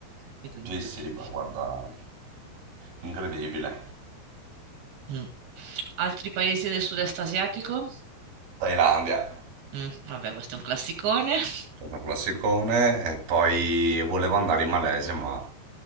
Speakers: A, on the right; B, on the right.
A: E quindi
B: Sì,
A: così.
B: sì, ma guarda, incredibile.
A: Mm. Altri paesi del sud-est asiatico?
B: Thailandia.
A: Mm, vabbè, questo è un classicone. <laughs>
B: stato un classicone e poi volevo andare in Malesia, ma